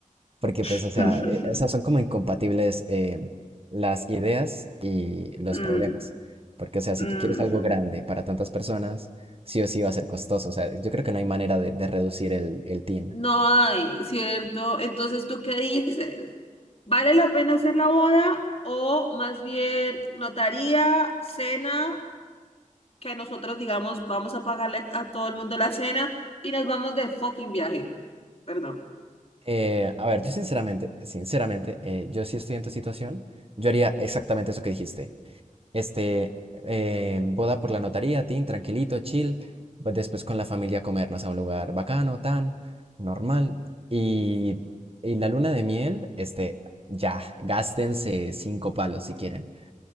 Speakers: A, on the right; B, on the left.
A: Porque
B: <laughs>
A: pues, o sea, e- esas son como incompatibles em, las ideas y los
B: Mm,
A: problemas. Porque, o sea, si
B: ujú.
A: tú quieres algo grande para tantas personas, sí o sí va a ser costoso. O sea, yo creo que no hay manera de, de reducir el, el TIN.
B: No hay, ¿cierto? Entonces, ¿tú qué dices? ¿Vale la pena hacer la boda o más bien notaría, cena? que nosotros digamos, vamos a pagarle a todo el mundo la cena y nos vamos de fucking viaje. Perdón.
A: Eh, a ver, yo sinceramente, sinceramente, eh, yo sí estoy en tu situación, yo haría exactamente eso que dijiste. Este, eh, boda por la notaría, tin, tranquilito, chill. pues Después con la familia comernos a un lugar bacano, tan, normal. Y, y la luna de miel, este, ya, gástense cinco palos si quieren.